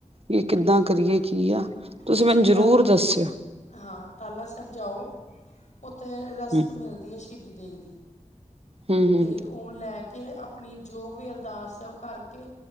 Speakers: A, on the right; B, on the left.
A: ਵੀ ਕਿੱਦਾਂ ਕਰੀਏ ਕੀ ਆ
B: ਤੁਸੀਂ
A: ਮੈਨੂੰ ਜ਼ਰੂਰ
B: ਤਾ
A: ਦੱਸਿਓ
B: ਹਾਂ, ਟਾਲਾ ਸਹਿਬ ਜਾਓ ਉੱਥੇ ਰਸਦ
A: ਹੂੰ
B: ਮਿਲਦੀ ਐ, ਸ਼ਹੀਦੀ ਦੇਗ ਦੀ
A: ਹੂੰ ਹੂੰ
B: ਤੇ ਓਂ ਲੈ ਕੇ, ਅਪਣੀ ਜੋ ਵੀ ਅਰਦਾਸ ਹੈ ਔ ਕਰਕੇ